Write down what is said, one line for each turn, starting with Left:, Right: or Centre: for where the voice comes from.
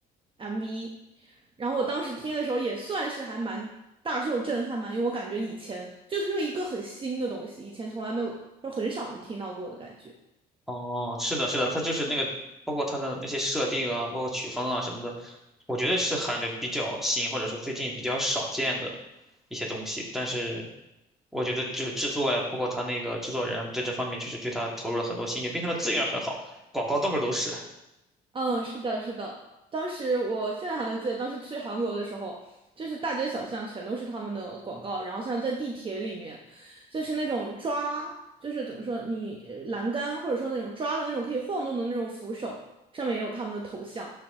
Right: MV。然后我当时听的时候也算是还蛮大受震撼吧，因为我感觉以前就是说一个很新的东西，以前从来没有，说很少能听到过的感觉。
Centre: 哦，是的，是的，它就是那个，包括它的那些设定啊，包括曲风啊什么的，我觉得是韩流比较新，或者说最近比较少见的一些东西。但是我觉得就是制作呀，包括他那个制作人在这方面确实对他投入了很多心血，并且他的资源很好，广告到处都是。
Right: 嗯，是的，是的。当时我现在还能记得，当时去韩国的时候，就是大街小巷全都是他们的广告，然后像在地铁里面，就是那种抓，就是怎么说，你呃栏杆或者说那种抓的那种可以晃动的那种扶手，上面也有他们的头像。